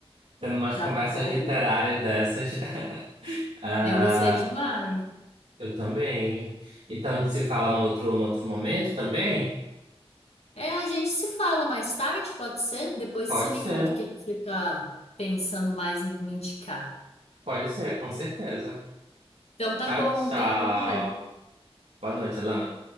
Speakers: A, on the right (about 85°); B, on the left (about 80°).
A: tendo mais
B: tá
A: conversas
B: bom?
A: literárias dessas. <laughs> Ah,
B: Eu gostei demais.
A: eu também. Então a gente se fala no outro, no outro momento também?
B: É, a gente se fala mais tarde, pode ser? Depois
A: Pode
B: você me
A: ser,
B: conta o que que você tá pensando mais em me indicar.
A: pode ser, com certeza.
B: Então
A: Tchau,
B: tá bom,
A: tchau.
B: tenha uma boa noite.
A: Boa noite, Alana.